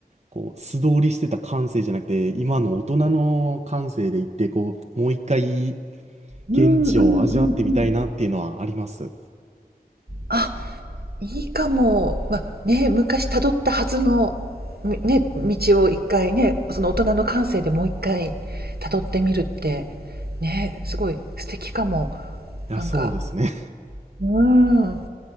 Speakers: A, on the right; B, on the right.
A: こう、素通りしてた感性じゃなくて、今の大人の感性で行って、こう、もう一回
B: うんうんうんうん。
A: 現地を味わってみたいなっていうのはあります。い
B: あ、いいかも。まあ、ね、昔たどったはずの、みね、道を一回ね、その大人の感性でもう一回たどってみるって、ね、すごい素敵かも。
A: や、
B: なんか、
A: そうですね。
B: うん、